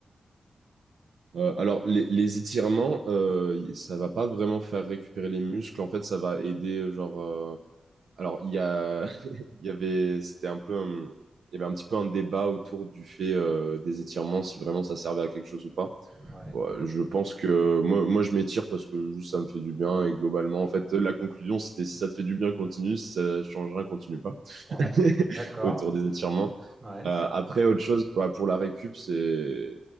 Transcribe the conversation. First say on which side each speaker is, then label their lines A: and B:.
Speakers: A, on the right (about 75°); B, on the right (about 35°).
A: Euh, alors, les, les étirements, euh, y- ça va pas vraiment faire récupérer les muscles. En fait, ça va aider, euh, genre. euh, Alors, il y a, <laughs> il y avait, c'était un peu, un- il y avait un petit peu un débat autour du fait euh, des étirements, si vraiment ça servait à quelque chose ou pas.
B: Ouais,
A: Ouais, je pense que moi, moi, je m'étire parce que juste ça me fait du bien et globalement, en fait, la conclusion, c'était si ça te fait du bien, continue. Si ça change rien, continue pas.
B: ouais,
A: <laughs>
B: d'accord,
A: Autour des étirements.
B: ouais.
A: Euh, après, autre chose, bah, pour la récup, c'est